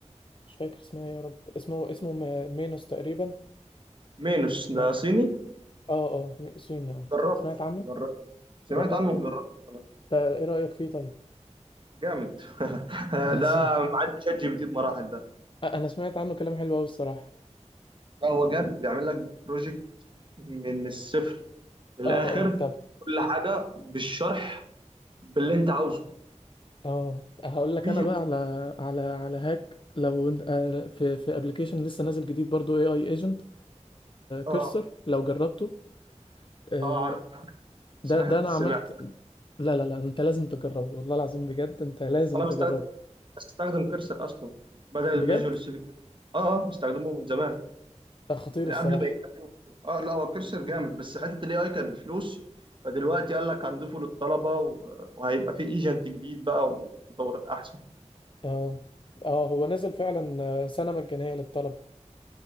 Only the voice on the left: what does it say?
مش فاكر اسمها إيه يا رب اسمه اسمه م- مينوس تقريبا
اسمها
اه اه م- صيني اه
سمعت عنه
جربته
ده ايه رأيك فيه طيب
<laughs> انا س...
انا سمعت عنه كلام حلو قوي الصراحة
اه اه طب
اه هقول
لك انا بقى على على على هاك لو انت آه، في في ابلكيشن لسه نازل جديد برضو اي اي ايجنت
كرسر لو جربته آه،
ده ده انا
عملت لا لا لا انت لازم تجربه والله العظيم بجد انت لازم
تجربه
بجد
ده خطير
الصراحة
اه اه هو نزل فعلا آه، سنة مجانية للطلبة